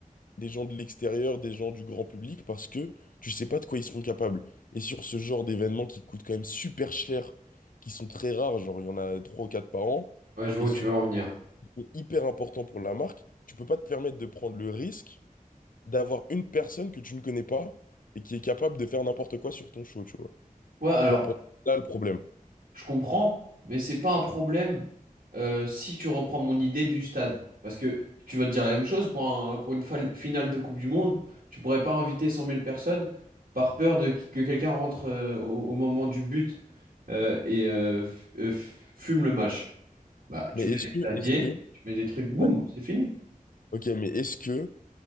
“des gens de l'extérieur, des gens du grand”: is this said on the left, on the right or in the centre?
Left